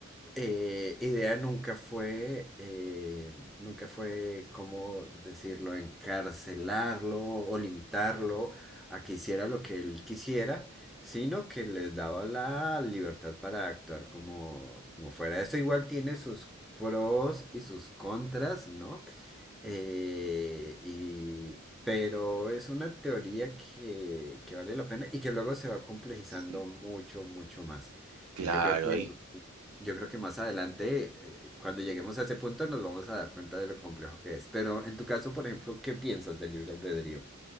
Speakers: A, in the centre; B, on the right.
A: eh, idea nunca fue, eh, nunca fue, ¿cómo decirlo?, encarcelarlo o limitarlo a que hiciera lo que él quisiera, sino que les daba la libertad para actuar como, como fuera. Esto igual tiene sus pros y sus contras, ¿no? Eh, y, pero es una teoría que, que vale la pena y que luego se va complejizando
B: sí,
A: mucho, mucho más.
B: claro,
A: Eh, yo creo que
B: ahí,
A: yo creo que más adelante, eh, cuando lleguemos a ese punto, nos vamos a dar cuenta de lo complejo que es. Pero en tu caso, por ejemplo, ¿qué piensas del libre albedrío?